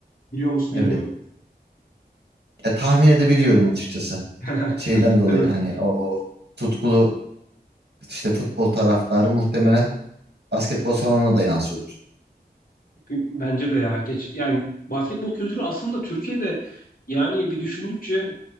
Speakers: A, on the left; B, on the right.
A: Biliyor musun bilmiyorum.
B: evet. Ya tahmin edebiliyorum açıkçası.
A: <laughs>
B: Şeyden dolayı
A: Değil mi?
B: hani o, o tutkulu işte futbol taraftarı muhtemelen basketbol salonuna da yansıyordur.
A: Bence de ya. Geç, yani basketbol kültürü aslında Türkiye'de yani bir düşündükçe